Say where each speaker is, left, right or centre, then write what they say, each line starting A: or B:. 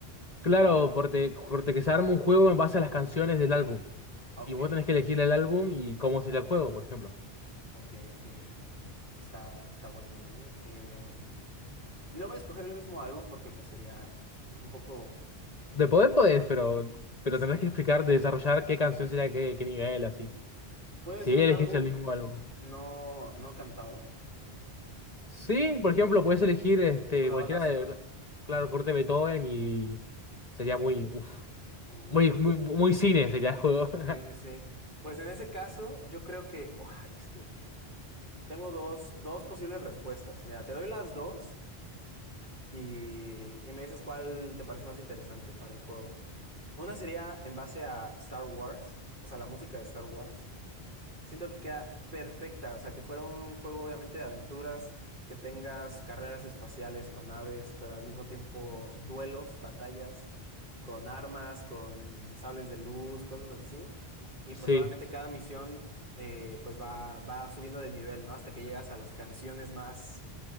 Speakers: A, on the left; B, on the right.
A: Claro, corte, corte que se arma un juego en base a las canciones del álbum.
B: Ok,
A: Y vos tenés que elegir el álbum y cómo sería el juego, por ejemplo.
B: ok, ok. Está, está bueno, ¿eh? Em, no voy a escoger el mismo álbum porque pues sería un poco,
A: De poder podés, pero, pero
B: si,
A: tendrás que explicar,
B: si
A: desarrollar
B: crees.
A: qué canción será qué, qué nivel, así.
B: Puede
A: Si
B: ser
A: elegís
B: un álbum
A: el mismo álbum.
B: no, no cantado,
A: Sí, por ejemplo, puedes elegir este,
B: una
A: cualquiera
B: banda sonora.
A: de, claro, corte Beethoven y sería muy, uf,
B: Uy.
A: muy, muy, muy cine sería el juego.
B: Sí, sí,
A: <laughs>
B: sí. Pues en ese caso, yo creo que, oh, es que tengo dos, dos posibles respuestas. Mira, te doy las dos y, y me dices cuál te parece más interesante para el juego. Una sería en base a Star Wars, o sea, la música de Star Wars. Siento que queda perfecta, o sea, que fuera un juego obviamente de aventuras, que tengas carreras espaciales con naves, pero al mismo tiempo duelos, batallas. con armas, con sables de luz, cosas así. Y
A: Sí,
B: pues obviamente cada misión eh, pues va, va subiendo de nivel, ¿no? Hasta que llegas a las canciones más